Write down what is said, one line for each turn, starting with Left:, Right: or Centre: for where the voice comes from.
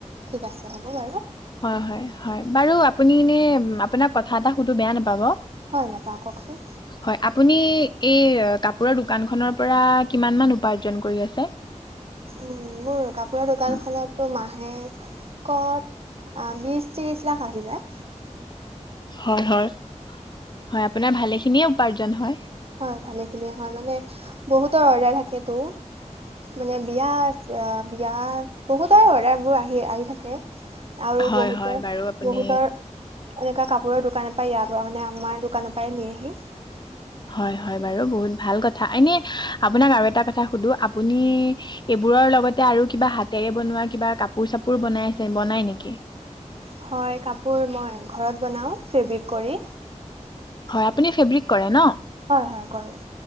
Right: ঠিক আছে হ'ব বাৰু
Left: হয় হয় হয়। বাৰু আপুনি এনে আপোনাক কথা এটা সুধো বেয়া নাপাব।
Right: হয় নেপাওঁ কওকচোন।
Left: হয় আপুনি এই কাপোৰৰ দোকান খনৰ পৰা কিমান মান উপাৰ্জন কৰি আছে?
Right: উম, মোৰ কাপোৰৰ দোকানখনততো
Left: উম,
Right: মাহে ক'ত? অ, বিছ, ত্ৰিছ লাখ আহি যায়।
Left: হয়-হয়- হয় আপোনাৰ ভালে খিনিয়ে উপাৰ্জন হয়।
Right: হয় ভালেখিনিয়ে হয় মানে বহুতৰ অৰ্ডাৰ থাক তো মানে বিয়া চিয় বিয়া বহুতৰে অৰ্ডাৰবোৰ আহি-আহি থাকে। আৰু
Left: হয়
Right: বহুতে
Left: হয় বাৰু আপুনি
Right: বহুতৰ এনেকুৱা কাপোৰৰ দোকান অ, ইয়া পৰা মানে আমাৰ দোকানৰ পৰাই নিয়েহি।
Left: হয়-হয় বাৰু বহুত ভাল কথা এনে আপোনাক আৰু এটা কথা সুধো আপুনি এইবোৰ কাপোৰৰ লগতে আৰু কিবা হাতেৰে বনোৱা কিবা কাপোৰ চাপোৰ বনাই আছে বনাই নেকি?
Right: হয় কাপোৰ মই ঘৰত বনাওঁ ফেব্ৰিক কৰি।
Left: হয় আপুনি ফেব্ৰিক কৰে ন?
Right: হয়-হয় কৰোঁ।